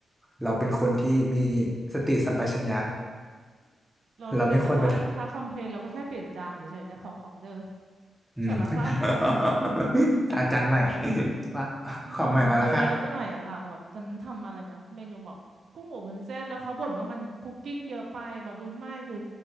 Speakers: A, in the centre; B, on the right (about 65°).
A: เราเป็นคนที่มีสติสัมปชัญญะ
B: เราเคยแต่ว่าลูกค้าคอมเพลนเราก็แค่เปลี่ยนจานเฉยๆแต่ของของเดิม
A: <laughs> เราไม่ควรไป อืม
B: <laughs> สารภาพ
A: <laughs> อาจารย์ใหม่ว่า
B: อืมแบบมันดูเลอะไปหน่อยอะค่ะแบบฉันทำอะไรนะเมนูแบบกุ้งอบวุ้นเส้นแล้วเขาบ่นว่ามันคุกกิ้งเยอะไปแบบดูไหม้คือ
A: ของใหม่มาแล้วค่ะ